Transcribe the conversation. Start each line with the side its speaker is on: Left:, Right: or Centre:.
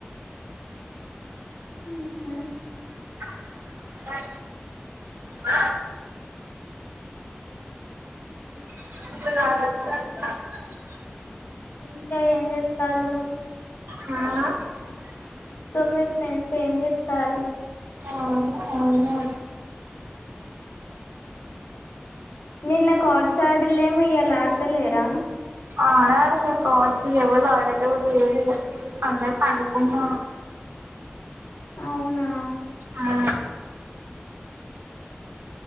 Left: ఉహు
Right: అ అ
Left: ఉంది
Right: <unintelligible>
Left: ఇంకా ఏం చెత్తాల్లు
Right: ఆ
Left: సో మీ ఫ్రెండ్స్ ఏంచేత్తరు
Right: అవును అవును
Left: నిన్న కాట్స్ ఆడిలేమో ఇయాల ఆడతలేరా
Right: ఆడాలిగ కాడ్స్ ఎవలాడెటోల్లులేరు ఇగ అందరు పండుకున్నరు.
Left: అవునా
Right: ఆ